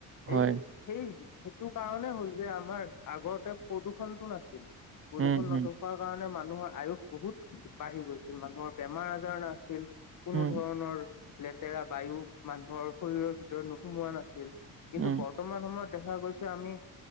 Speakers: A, on the left; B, on the right.
A: সেই
B: হয়,
A: সেই সেইটো কাৰণে হ'ল যে আমাৰ আগতে প্ৰদূষণতটো নাছিল। প্ৰদূষণ
B: উম, উম,
A: নথকাৰ কাৰণে মানুহৰ আয়ুস বহুত। বাঢ়ি গৈছিল। মানুহৰ বেমাৰ আজাৰ নাছিল। কোনো
B: উম,
A: ধৰণৰ লেতেৰা বায়ু মানুহৰ শৰীৰৰ ভিতৰত সুমোৱা নাছিল কিন্তু
B: উম,
A: বৰ্তমান সময়ত। দেখা গৈছে আমি